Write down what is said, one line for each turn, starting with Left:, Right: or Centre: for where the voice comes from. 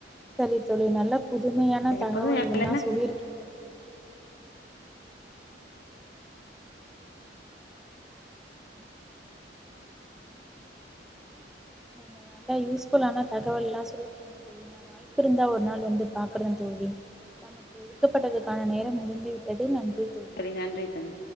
Centre: சரி தோழி நல்ல புதுமையான தகவல்கள்ல்லாம்
Left: இப்போதும்
Centre: சொல்லியிருக்கீங்க தோழி நீங்க நல்லா யூஸ்புல்லான தகவல்லாம் சொல்லிருக்கீங்க தோழி நான் வாய்ப்பு இருந்தா ஒரு நாள் வந்து பாக்குறேன் தோழி நமக்கு ஒதுக்கப்பட்டதுக்கான நேரம் முடிந்து விட்டது நன்றி தோழி
Left: செரி நன்றி தோழி